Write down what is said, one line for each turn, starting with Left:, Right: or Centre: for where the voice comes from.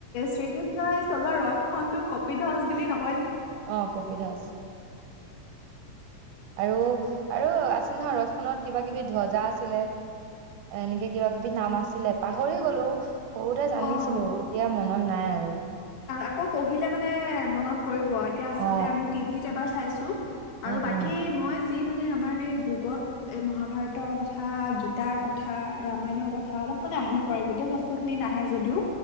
Left: শ্ৰীকৃষ্ণই চলোৱা ৰথ খন টো কপিধ্বজ বুলি নকয় জানো
Right: অ কপিধজ আৰু আৰু আছিল নহয় ৰথ খনত কিবা কিবি ধজা আছিলে এনেকে কিবা কিবি নাম আছিলে পাহৰি গলো সৰুতে জানিছিলো
Left: অ
Right: এতিয়া মন মনত নাই আৰু
Left: আকৌ পঢ়িলে মানে মনত পৰিব এতিয়া আচলতে
Right: অ
Left: আমি টিভিত এবাৰ চাইছো
Right: উম
Left: আৰু বাকী
Right: উম
Left: মই যি মানে আমাৰ এই যুগত এ মহাভাৰতৰ কথা গীতাৰ কথা ৰামায়ণৰ কথা অলপ মানে আহি পৰে গোটেই বস্তুখিনি নাহে যদিও